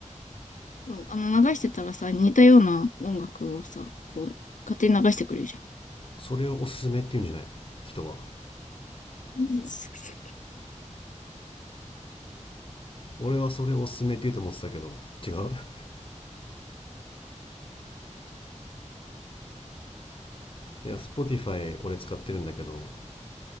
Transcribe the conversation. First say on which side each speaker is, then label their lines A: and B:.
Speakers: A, on the left; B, on the left.
A: そう、あの、流してたらさ、似たような音楽をさ、こう、勝手に流してくれるじ
B: それをおすすめって言うんじゃないの人は
A: ゃん。
B: 俺はそれをおすすめって言うと思ってたけど違う <laughs> いや Spotify 俺使ってるんだけど